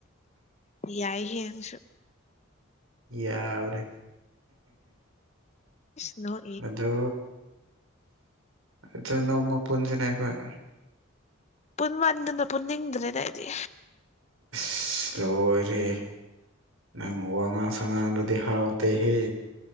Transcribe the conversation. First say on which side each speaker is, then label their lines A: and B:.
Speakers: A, on the left; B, on the right.
A: ꯎ ꯌꯥꯏꯍꯦ ꯅꯪꯁꯨ
B: ꯌꯥꯎꯔꯦ
A: ꯅꯣ
B: ꯑꯗꯨ ꯑꯗ ꯅꯣꯡꯃ ꯄꯨꯟꯁꯤꯅꯦ ꯑꯈꯣꯏ
A: ꯄꯨꯟ ꯃꯟꯗꯅ ꯄꯨꯟ ꯅꯤꯡꯗꯅꯅ ꯍꯥꯏꯗꯤ
B: ꯏꯁ ꯂꯣꯏꯔꯦꯍꯦ ꯅꯪ ꯋꯥꯉꯥꯡ ꯁꯉꯥꯡꯗꯨꯗꯤ ꯍꯥꯎꯇꯦꯍꯦ